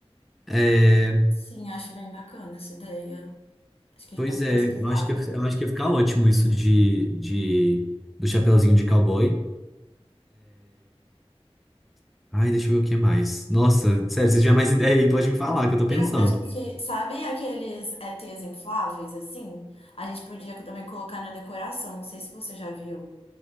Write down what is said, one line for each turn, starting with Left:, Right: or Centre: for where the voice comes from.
Centre: É,
Left: Sim, acho bem bacana essa ideia. Acho que a
Centre: Pois
Left: gente pode
Centre: é,
Left: pesquisar.
Centre: eu acho que, eu
Left: sobre.
Centre: acho que ia ficar ótimo isso de, de do chapeuzinho de cowboy. Ai, deixa eu ver o que mais. Nossa, sério, se tiver mais <laughs> ideia aí, pode me falar, que eu tô pensando.
Left: Eu acho que, sabe aqueles ETs infláveis, assim? A gente podia também colocar na decoração. Não sei se você já viu.